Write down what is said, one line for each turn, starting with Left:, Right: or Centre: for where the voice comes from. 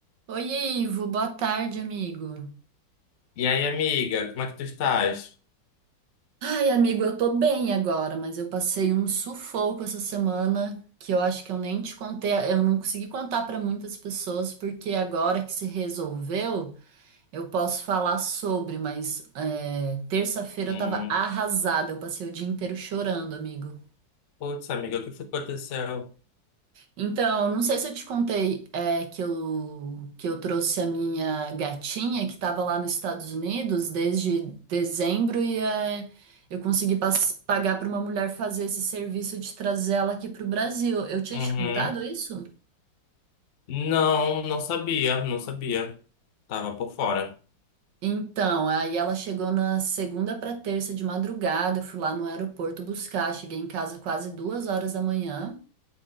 Right: Oi, Ivo, boa tarde, amigo.
Left: E aí, amiga, como é que tu estás?
Right: Ai, amigo, eu tô bem agora, mas eu passei um sufoco essa semana que eu acho que eu nem te contei, eu não consegui contar pra muitas pessoas, porque agora que se resolveu, eu posso falar sobre, mas é, terça-feira
Left: Hum,
Right: eu tava arrasada, eu passei o dia inteiro chorando, amigo.
Left: putz, amiga, o que foi que aconteceu?
Right: Então, não sei se eu te contei é, que eu, que eu trouxe a minha gatinha que estava lá nos Estados Unidos desde dezembro e é, eu consegui pas- pagar para uma mulher fazer esse serviço de trazer ela aqui para o Brasil. Eu tinha
Left: Uhum.
Right: te contado isso?
Left: Não, não sabia, não sabia. Tava por fora.
Right: Então, aí ela chegou na segunda para terça de madrugada, eu fui lá no aeroporto buscar, cheguei em casa quase duas horas da manhã.